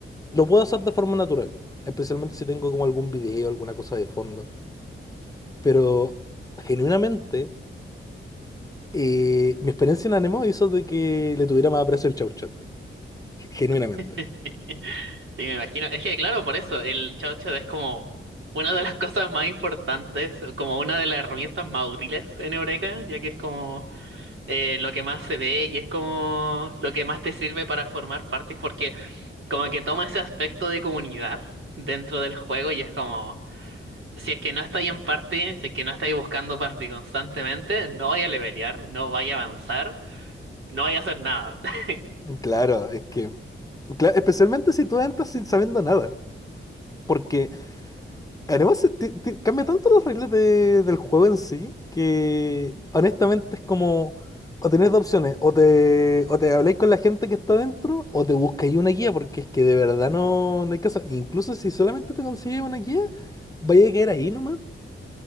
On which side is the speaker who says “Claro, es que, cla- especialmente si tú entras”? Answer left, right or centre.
Left